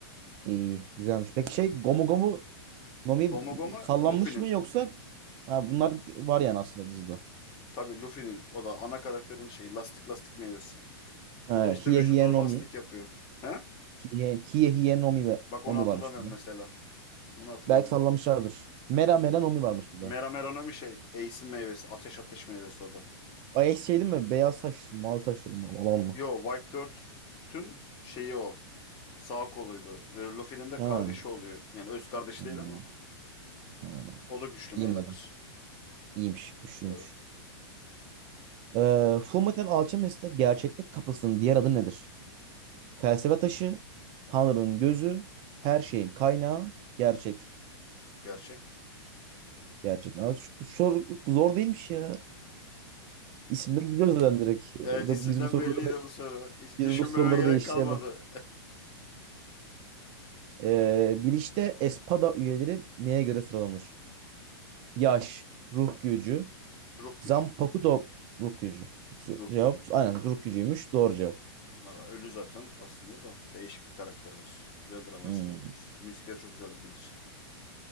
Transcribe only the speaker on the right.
İyi. Güzelmiş. Peki şey Gomu Gomu Nomi
sallanmış
mı yoksa ha, bunlar var yani aslında dizide.
Ha,
Hiye
Hiye Nomi.
Hiye Hiye, Hiye Nomi, de,
Nomi
varmış bir de.
Belki sallamışlardır. Mera Mera
Nomi varmış bir
de.
Ay şey değil mi? Beyaz saçlı, mavi saçlı olan mı?
Ha.
Hmm,
ha.
İyi
madem. İyiymiş. Güçlüymüş.
Ee, Fullmetal Alchemist'te gerçeklik kapısının diğer adı nedir? Felsefe taşı, Tanrı'nın gözü, her şeyin kaynağı, gerçek.
Gerçek. Abi, şu, bu soru zor değilmiş ya. İsimden gidiyoruz zaten direkt. Ve
Biz bu soruları,
biz
bu soruları
değiştirelim.
Ee, Biliş'te Espada üyeleri neye göre sıralanır? Yaş, ruh gücü,
Zanpakuto
ruh gücü. Z-
Cevap
aynen ruh gücüymüş. Doğru cevap.
Hmm.